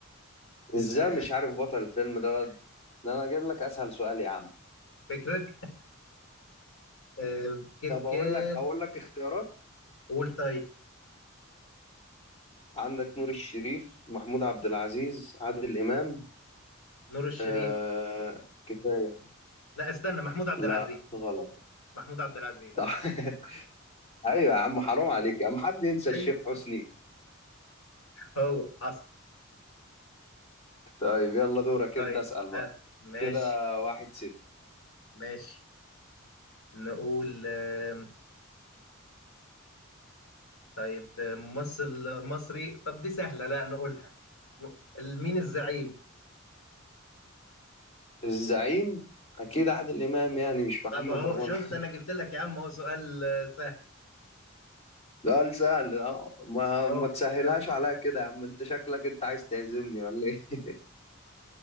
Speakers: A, on the left (about 30°); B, on the left (about 75°).
A: ازاي
B: أه،
A: مش عارف بطل الفيلم ده ده انا اجيب لك اسهل سؤال يا عم
B: فكرك أه، كيت
A: طب
B: كات
A: اقول لك اقول لك اختيارات
B: قول طيب
A: عندك نور الشريف محمود عبد العزيز عادل إمام
B: نور الشريف
A: آه كفاية
B: لا استنى محمود عبد
A: لا
B: العزيز
A: غلط
B: محمود عبد العزيز
A: <laughs> أيوة يا عم حرام عليك يا عم حد ينسى
B: ايوه
A: الشيخ حسني
B: هو حصل
A: طيب يلا دورك
B: طيب
A: أنت أسأل بقى
B: آه. ماشي
A: كده واحد صفر
B: ماشي نقول آم، طيب آم، ممثل مصري طب دي سهلة لا نقولها م- ال- مين الزعيم
A: الزعيم أكيد عادل إمام يعني مش محمد
B: طب اهو
A: رمضان
B: شفت انا جبت لك يا عم اهو سؤال آه، سهل
A: <laughs> ده سهل أه ما
B: اهو
A: ما تسهلهاش
B: شوف
A: عليا كده يا عم أنت شكلك أنت عايز تعزمني ولا إيه <laughs>